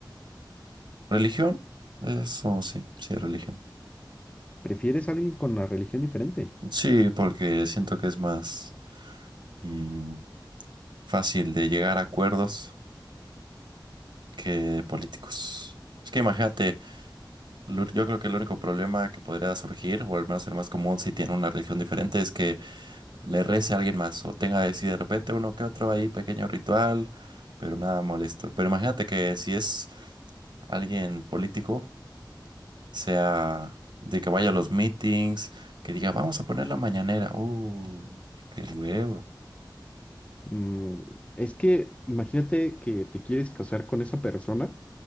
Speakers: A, on the right (about 70°); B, on the left (about 15°).
A: ¿Religión? Eso sí, sí, religión.
B: ¿Prefieres a alguien con una religión diferente?
A: Sí, porque siento que es más mm, fácil de llegar a acuerdos que políticos. Es que imagínate, lo- yo creo que el único problema que podría surgir, o al menos el más común si tiene una religión diferente, es que le rece a alguien más o tenga así de repente uno que otro ahí pequeño ritual, pero nada molesto. Pero imagínate que si es alguien político, sea de que vaya a los meetings, que diga, vamos a poner la mañanera. Uh, qué huevo.
B: Mm, es que imagínate que te quieres casar con esa persona